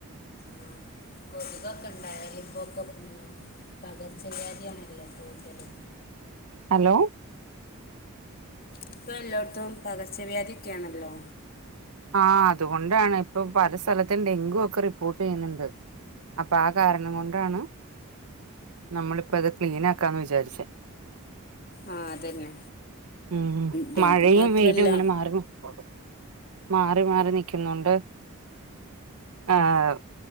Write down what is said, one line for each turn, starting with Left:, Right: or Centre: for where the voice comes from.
Left: ആഹ് കൊതുകൊക്കെ ഉണ്ടായാലിപ്പോക്കെ പകർച്ചവ്യാധിയാണല്ലോ കൂടുതല്
Right: ഹലോ
Left: ഇപ്പൊ എല്ലോടത്തും പകർച്ചവ്യാധിയക്കെയാണല്ലോ
Right: ആഹ് അതുകൊണ്ടാണ് ഇപ്പൊ പല സ്ഥലത്തും ഡെങ്കു ഒക്കെ റിപ്പോർട്ട് ചെയ്യുന്നുണ്ട് അപ്പൊ ആ കാരണം കൊണ്ടാണ് നമ്മളിപ്പ അത് ക്ലീൻ ആക്കാന്ന് വിചാരിച്ചേ
Left: ആ അതന്നെ
Right: ഉം
Left: ഡെങ്കി
Right: മഴയും
Left: മാത്രമല്ല
Right: വെയിലും ഇങ്ങനെ മാറി മാറി മാറി മാറി നിക്കുന്നുണ്ട് ആഹ്